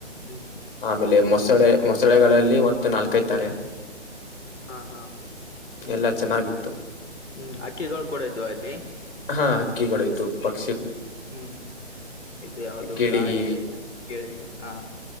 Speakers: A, on the left; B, on the left.
A: ಹ್ಮ್
B: ಆಮೇಲೆ ಮ ಮೊಸಳೆ ಮೊಸಳೆಗಳಲ್ಲಿ ಮತ್ ನಾಲ್ಕೈತಾರೆ
A: ಹಾ ಹಾ
B: ಎಲ್ಲಾ ಚೆನ್ನಾಗಿತ್ತು
A: ಹ್ಮ್ ಅಕ್ಕಿಗಳು ಕೂಡ ಇದ್ವ ಅಲ್ಲಿ
B: ಹಾ ಹಕ್ಕಿಗಳ್ದು ಪಕ್ಕ
A: ಹ್ಮ್ ಇದು ಯಾಾವ್ದ
B: ಗಿಳಿ
A: ಕಾಗೆ ಗಿಳಿ ಹಾ